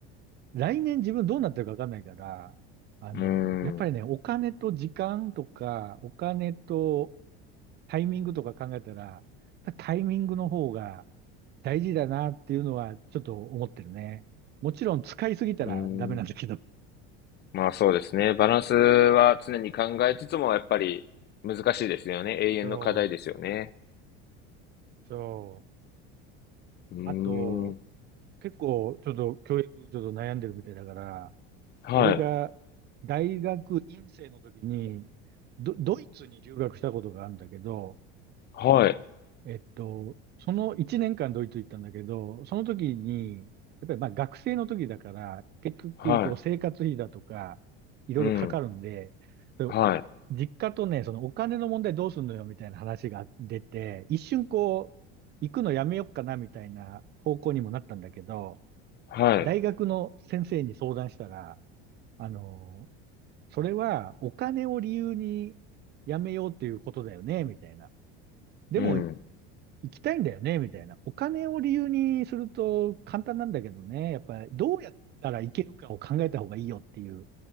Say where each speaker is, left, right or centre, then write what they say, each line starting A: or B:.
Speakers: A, on the right; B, on the left.
A: 来年自分どうなってるかわかんないから、あの、
B: うん、
A: やっぱりね、お金と時間とか、お金とタイミングとか考えたら、タイミングの方が大事だなっていうのはちょっと思ってるね。もちろん使いすぎたらダメなんだけど。
B: うん。まあそうですね。バランスは常に考えつつも、やっぱり難しいですよね。永遠の課題ですよね。
A: そう、そう。
B: うー
A: あと、
B: ん、
A: 結構、ちょっと教育、ちょっと悩んでるみたいだから、
B: はい。
A: 俺が大学院生の時に、ド、ドイツに留学したことがあるんだけど、
B: はい、
A: えっと、その1年間ドイツ行ったんだけど、その時に、やっぱりまあ学生の時だから、結局こう生活費だとか、
B: は
A: いろいろかかるんで、
B: い、うん、
A: そう
B: はい、
A: 実家とね、そのお金の問題どうすんのよみたいな話が出て、一瞬こう、行くのやめよっかなみたいな方向にもなったんだけど、
B: はい、
A: 大学の先生に相談したら、あの、それはお金を理由にやめようっていうことだよね、みたいな。でも、
B: うん。
A: 行きたいんだよね、みたいな。お金を理由にすると簡単なんだけどね、やっぱりどうやったらいけるかを考えた方がいいよっていう、